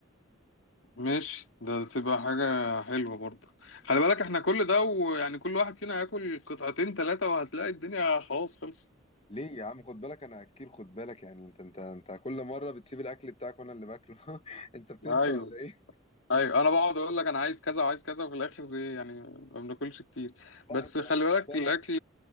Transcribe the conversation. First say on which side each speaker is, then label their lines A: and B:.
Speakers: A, on the left (about 80°); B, on the left (about 30°).
A: ماشي ده تبقى حاجه حلوه برضه خلي بالك احنا كل ده ويعني كل واحد فينا هياكل قطعتين ثلاثه وهتلاقي الدنيا خلاص خلصت
B: ليه يا عم خد بالك انا اكيل خد بالك يعني انت انت انت كل مرة بتسيب الاكل بتاعك وانا اللي باكله <laughs> انت بتنسى
A: ايوه
B: ولا ايه
A: ايوه انا بقعد اقول لك انا عايز كذا وعايز كذا وفي الاخر إيه يعني ما بناكلش كتير
B: لا
A: بس
B: انت
A: خلي
B: لو خد
A: بالك
B: بالك
A: الاكل